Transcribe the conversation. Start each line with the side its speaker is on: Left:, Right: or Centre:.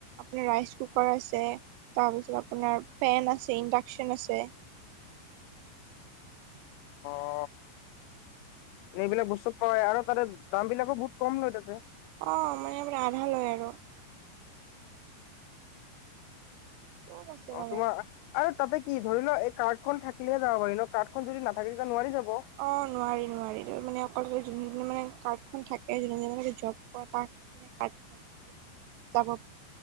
Right: আপোনাৰ ৰাইচ কুকাৰ আছে তাৰপিছত আপোনাৰ পেন আছে ইণ্ডাকচন আছে <inaudible>
Left: অ এনে এইবিলাক বস্তু পাই আৰু তাতে দাম বিলাকো বহুত কম লয় তাতে
Right: অ মানে আৰ আধা লয় আৰু চব আছে
Left: অ
Right: মানে
Left: তোমাৰ আৰু তাতে কি ধৰি ল এই কাৰ্ডখন থাকিলে যাব পাৰি ন কাৰ্ড খন যদি নাথাকিলো নোৱাৰি যাব
Right: অ নোৱাৰি নোৱাৰি ত মানে অকল যোন যোনে মানে কাৰ্ডখন থাকে যোনে যোনে মানে জ্বব কৰা তাক পাট যাব